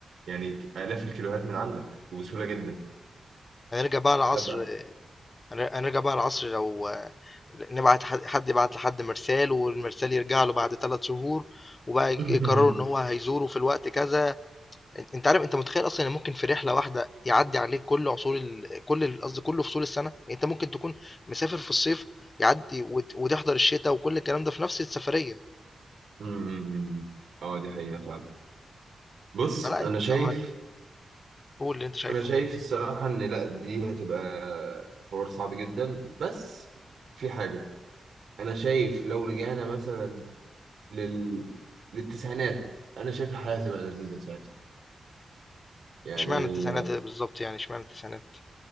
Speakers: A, on the right; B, on the left.
A: يعني آلاف الكيلوهات من عندك وبسهولة جدا
B: هنرجع بقى لعصر
A: تخبأ
B: هنرجع بقى لعصر لو نبعت حد حد يبعت لحد مرسال والمرسال يرجع له بعد 3 شهور وبقى يج-
A: <laughs>
B: يقرروا ان هو هيزوره في الوقت كذا إن- انت عارف انت متخيل اصلا ان ممكن في رحله واحده يعدي عليك كل عصور ال... كل ال- قصدي كل فصول السنه يعني انت ممكن تكون مسافر في الصيف يعدي وت... وتحضر الشتاء وكل الكلام ده في نفس السفريه
A: أمم. اه دي حقيقة فعلا بص
B: فلا
A: أنا
B: انت
A: شايف
B: مع- قول اللي انت شايفه
A: أنا شايف الصراحة إن لأ دي هتبقى حوار صعب جدا بس في حاجة أنا شايف لو رجعنا مثلا لل... للتسعينات أنا شايف الحياة هتبقى لذيذة ساعتها يعني
B: اشمعنى التسعينات بالظبط يعني اشمعنى التسعينات